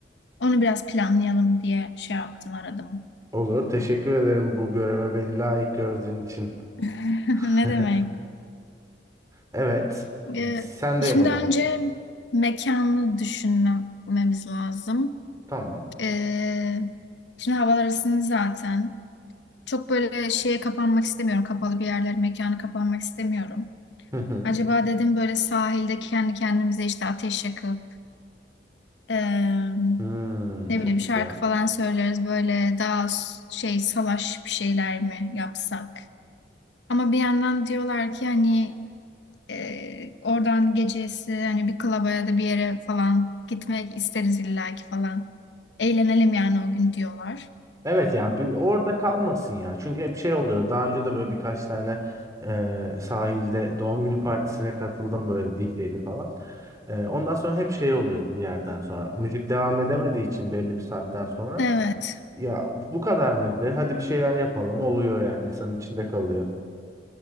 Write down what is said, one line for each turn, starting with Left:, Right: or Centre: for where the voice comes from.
Left: Onu biraz planlayalım diye şey yaptım, aradım.
Right: Olur. Teşekkür ederim bu göreve beni layık gördüğün için.
Left: <laughs>
Right: <laughs>
Left: Ne demek?
Right: Evet.
Left: Ee,
Right: Sendeyim
Left: şimdi
Right: o zaman.
Left: önce mekanı düşünmemiz lazım.
Right: Tamam.
Left: Ee, şimdi havalar ısındı zaten. Çok böyle şeye kapanmak istemiyorum. Kapalı bir yerler mekanı kapanmak istemiyorum.
Right: Hı hı.
Left: Acaba dedim böyle sahilde kendi kendimize işte ateş yakıp eee,
Right: Hmm,
Left: ne
Right: çok
Left: bileyim
Right: güzel.
Left: şarkı falan söyleriz. Böyle daha s- şey salaş bir şeyler mi yapsak? Ama bir yandan diyorlar ki hani Ee, oradan gecesi hani bir klaba ya da bir yere falan gitmek isteriz illaki falan. Eğlenelim yani o gün diyorlar.
Right: Evet ya bir orada kalmasın ya. Çünkü hep şey oluyor. Daha önce de böyle birkaç tane e, sahilde doğum günü partisine katıldım böyle DJ'li falan. E, ondan sonra hep şey oluyor bir yerden sonra. Müzik devam edemediği için belli bir saatten sonra.
Left: Evet,
Right: Ya bu kadar mıydı? Hadi bir şeyler yapalım oluyor yani insanın içinde kalıyor.